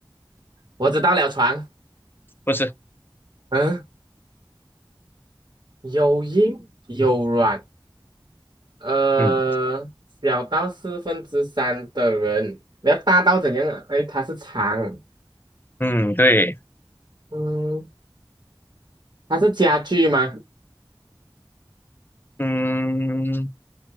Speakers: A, on the right; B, on the left.
A: 我知道了，床。
B: 不是。
A: 嗯，有硬有软，呃，
B: 嗯。
A: 小到四分之三的人，你要大到怎样啊？哎，它是长，
B: 嗯，对，
A: 嗯，它是家具吗？
B: 嗯，